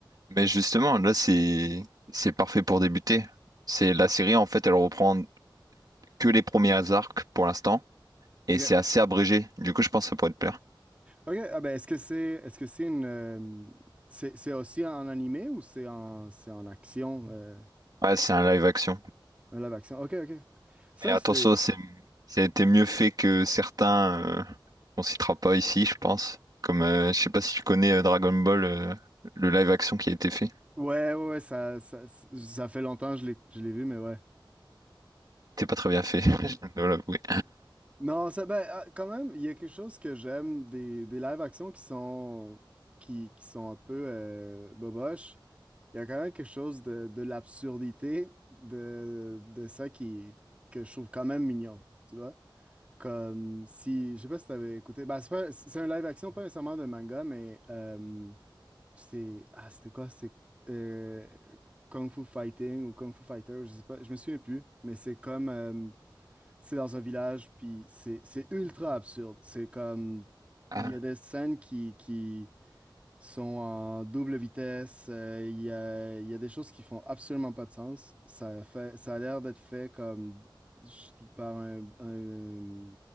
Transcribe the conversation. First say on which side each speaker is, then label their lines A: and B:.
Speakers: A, on the right; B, on the right.
A: Mais justement, là c'est c'est parfait pour débuter. C'est la série en fait, elle reprend que les premiers arcs pour l'instant et
B: OK.
A: c'est assez abrégé. Du coup, je pense que ça pourrait te plaire.
B: OK, ah ben, est-ce que c'est est-ce que c'est une euh, c'est c'est aussi en animé ou c'est en c'est en action euh,
A: Ouais, c'est un live action.
B: un live action. OK, OK. Ça
A: Mais attention,
B: c'est
A: c'est c'était mieux fait que certains. euh, on citera pas ici, je pense. Comme euh, je sais pas si tu connais euh, Dragon Ball, euh, le live action qui a été fait.
B: ouais ouais, ouais, ça, ça ça fait longtemps que je l'ai je l'ai vu mais ouais.
A: C'était pas très bien fait, <laughs> je dois l'avouer.
B: Non, ça, ben, ah, quand même, il y a quelque chose que j'aime des, des live-action qui sont, qui, qui sont un peu euh, boboches. Il y a quand même quelque chose de, de l'absurdité de, de ça qui, que je trouve quand même mignon, tu vois? Comme si, je sais pas si t'avais écouté, ben, c'est pas- c'est un live-action, pas nécessairement de manga, mais euh, c'est, ah, c'était quoi? C'est euh, Kung Fu Fighting ou Kung Fu Fighter, je sais pas, je me souviens plus, mais c'est comme... euh, c'est dans un village, puis c'est c'est ultra absurde. C'est comme,
A: Ah.
B: il y a des scènes qui, qui sont en double vitesse, euh, il y a, il y a des choses qui font absolument pas de sens. Ça fait, ça a l'air d'être fait comme ch- par un- un-